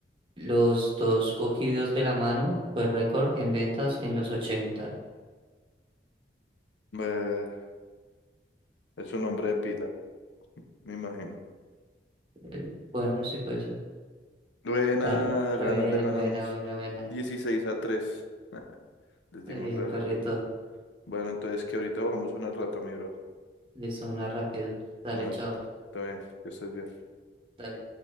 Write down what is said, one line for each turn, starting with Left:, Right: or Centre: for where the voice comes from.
Right: Los dos cogidos de la mano, fue récord en ventas en los 80.
Left: eh, es un hombre de pila, me imagino.
Right: Eh, Bueno, sí puede ser.
Left: Buena,
Right: Vale. Re
Left: gana,
Right: bien,
Left: le ganamos
Right: buena, buena, buena.
Left: dieciséis a tres, <laughs> Les
Right: Re
Left: dimos
Right: bien,
Left: re
Right: perrito.
Left: duro. Bueno, entonces que ahorita jugamos una rato, mi bro.
Right: Listo, una rápido. Dale,
Left: Bueno,
Right: chao.
Left: papi, está bien, que estés bien.
Right: Dale.